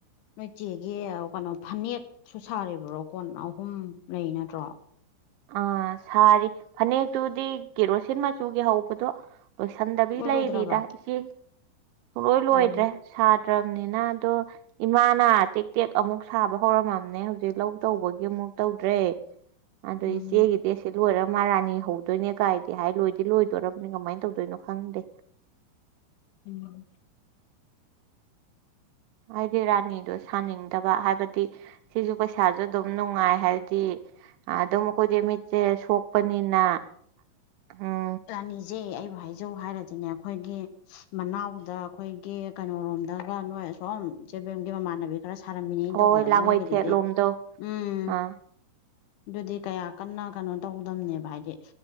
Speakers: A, on the left; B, on the right.
A: ꯅꯣꯏꯆꯦꯒꯤ ꯀꯩꯅꯣ ꯐꯅꯦꯛꯁꯨ ꯁꯥꯔꯤꯕ꯭ꯔꯣ ꯀꯣꯟ ꯑꯍꯨꯝ ꯂꯩ ꯅꯠꯇ꯭ꯔꯣ
B: ꯑꯥ ꯁꯥꯔꯤ ꯐꯅꯦꯛꯇꯨꯗꯤ ꯀꯦꯔꯣꯁꯤꯟ ꯃꯆꯨꯒꯤ ꯍꯧꯕꯗꯣ ꯂꯣꯏꯁꯟꯗꯕꯤ
A: ꯂꯣꯏ
B: ꯂꯩꯔꯤꯗ
A: ꯂꯣꯏꯗ꯭ꯔꯕ
B: ꯏꯆꯦ ꯁꯨꯡꯂꯣꯏ
A: ꯎꯝ
B: ꯂꯣꯏꯗ꯭ꯔꯦ ꯐꯠꯇ꯭ꯔꯕꯅꯤꯅ ꯑꯗꯣ ꯏꯃꯥꯅ ꯇꯦꯛ ꯇꯦꯛ ꯑꯃꯨꯛ ꯁꯥꯕ ꯍꯧꯔꯝꯃꯝꯃꯦ ꯍꯧꯖꯤꯛ ꯂꯧ ꯇꯧꯕꯒꯤ ꯑꯃꯨꯛ ꯇꯧꯗ꯭ꯔꯦ ꯑꯗꯨ
A: ꯎꯝ
B: ꯏꯆꯦꯒꯤꯗꯤ ꯁꯤ ꯂꯣꯏ ꯃꯥꯔꯥꯅꯤ ꯍꯧꯗꯣꯏꯅꯦ ꯀꯥꯏꯗꯤ ꯍꯥꯏ ꯂꯣꯏꯗꯤ ꯂꯣꯏꯗꯣꯔꯕꯅꯤ ꯀꯃꯥꯏꯅ ꯇꯧꯗꯣꯏꯅꯣ ꯈꯪꯗꯦ
A: ꯎꯝ
B: ꯍꯥꯏꯗꯤ ꯔꯥꯅꯤꯗꯣ ꯁꯥꯅꯤꯡꯗꯕ ꯍꯥꯏꯕꯗꯤ ꯁꯤꯁꯨ ꯄꯩꯁꯥꯁꯨ ꯑꯗꯨꯝ ꯅꯨꯡꯉꯥꯏ ꯍꯥꯏꯕꯗꯤ ꯑꯣ ꯃꯈꯈꯣꯏꯗꯤ ꯃꯤꯠꯁꯦ ꯁꯣꯛꯄꯅꯤꯅ ꯎꯝ
A: ꯔꯥꯅꯤꯁꯦ ꯑꯩꯕꯨ ꯍꯥꯏꯖꯧ ꯍꯥꯏꯔꯗꯤꯅꯦ ꯑꯩꯈꯣꯏꯒꯤ ꯃꯅꯥꯎꯗ ꯑꯩꯈꯣꯏꯒꯤ ꯀꯩꯅꯔꯣꯝ ꯗꯒ ꯅꯨꯡꯉꯥꯏ ꯁꯣꯝ ꯆꯦꯕꯦꯝꯒꯤ ꯃ ꯃꯅꯅꯕꯕꯤ ꯈꯔ ꯁꯥꯔꯝꯃꯤꯅꯤ
B: ꯍꯣꯏ
A: ꯇꯧꯕꯗꯣ
B: ꯍꯣꯏ ꯂꯥꯡꯉꯣꯏꯊꯦꯠ
A: ꯃꯣꯏꯒꯤꯗꯨꯗꯤ
B: ꯂꯣꯝꯗꯣ
A: ꯎꯝ
B: ꯑꯥ
A: ꯑꯗꯨꯗꯤ ꯀꯌꯥ ꯀꯟꯅ ꯀꯩꯅꯣ ꯇꯧꯗꯕꯅꯦꯕ ꯍꯥꯏꯗꯤ